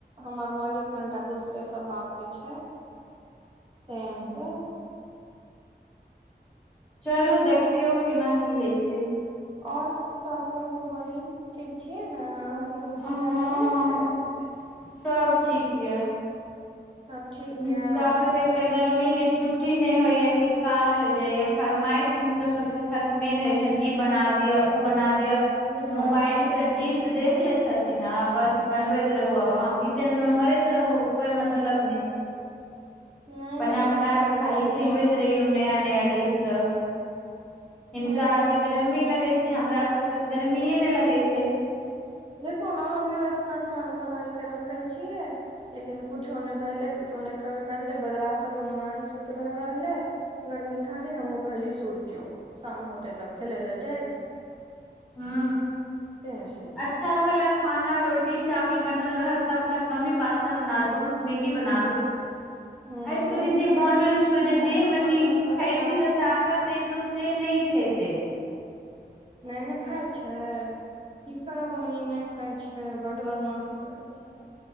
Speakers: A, on the right; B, in the centre.
A: हमर मालिक कनिटा दोसरे स्वभाव के छै
B: ह
A: तऽ से
B: चलू देखियौ केना की होइ छै
A: आओर सब कहू बहिन ठीक छीयै ने अहाँ के बुच्ची
B: हँ
A: आर केहन छै
B: सब ठीक यऽ
A: सब ठीक
B: हुनका
A: यऽ
B: सबके तऽ गर्मी के छुट्टी नय होइ या की काल हो जाइया फरमाइश हिनकर सब के खतमे ने होइ छनि ई बना दिय ओ बना दिअ
A: वही बात
B: मोबाइल
A: छलै
B: से डिश देख लै छथिन आ बस बनबति रहु आब अहां किचन मे मरति रहु कोई मतलब नय छै
A: नहि
B: बना
A: नहि बहिन
B: बना
A: सही
B: क खाली
A: कहलहु
B: खिलबति
A: अहाँ
B: रहियौ नया नया डिश सब हिनका
A: सही
B: आरके
A: बोलै
B: गर्मी
A: छथिन
B: लगै छै हमरा सबके तऽ गर्मीए नय लगै छै
A: देखियौ ने अभियो एतना खाना बनल के रखल छियै लेकिन कुछो ने भेलै कुछो ने खल खाईल बगरा सब भी ओनाही सुतलै रहले गर्मी खातिर हमहु कहलियै सुत जो शाम होते तब खेलै लए जाइत
B: हूं
A: तें से
B: अच्छा छा भला खाना रोटी चावल बनल रहत तब कहत मम्मी पास्ता बना दो मैगी बना दो
A: हूं
B: अइ तोर
A: ओही
B: जे
A: सब
B: बनल
A: करै छै
B: छौ जे देह
A: हमर
B: मने
A: ब- बच्चा
B: खइबही तऽ ताकत अ तऽ से नय खेतै
A: नय ने खाय छै की करब बहीन नय खाय छै बड बदमाशी करै छै